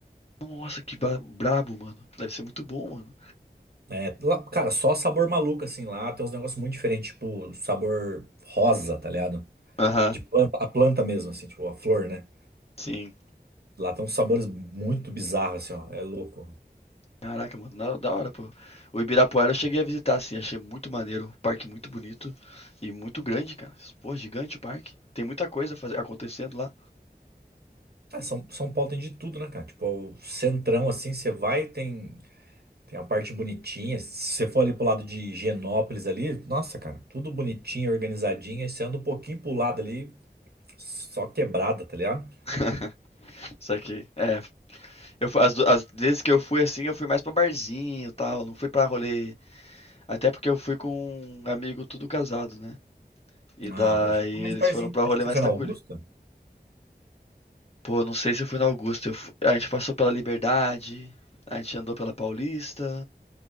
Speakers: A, on the left (about 35°); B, on the right (about 70°).
A: Nossa, que ba- brabo, mano. Deve ser muito bom, mano.
B: É, lá- cara, só sabor maluco, assim, lá tem uns negócios muito diferentes, tipo, sabor rosa, tá ligado?
A: Aham.
B: De planta, a planta mesmo, assim, tipo, a flor, né?
A: Sim.
B: Lá tem uns sabores muito bizarros, assim, ó. É louco.
A: Caraca, mano, na- da hora, pô. O Ibirapuera eu cheguei a visitar, assim, achei muito maneiro, o parque muito bonito e muito grande, cara. Pô, gigante o parque. Tem muita coisa faze- acontecendo lá.
B: Ah, São, São Paulo tem de tudo, né, cara? Tipo, é o centrão, assim, você vai, tem, tem a parte bonitinha. Se você for ali pro lado de Higienópolis ali, nossa, cara, tudo bonitinho, organizadinho. Aí você anda um pouquinho pro lado ali, só quebrada, tá ligado?
A: <laughs> Só que, é, eu, fu- as, du- as vezes que eu fui assim, eu fui mais pra barzinho e tal, não fui pra rolê. Até porque eu fui com um amigo tudo casado, né? E
B: Ah,
A: daí
B: pode. Ah, mas
A: eles
B: barzinho,
A: foram pra rolê
B: acho que você
A: mais
B: foi
A: tranquilo.
B: na Augusta?
A: Pô, não sei se eu fui na Augusta, eu fu- a gente passou pela Liberdade, a gente andou pela Paulista,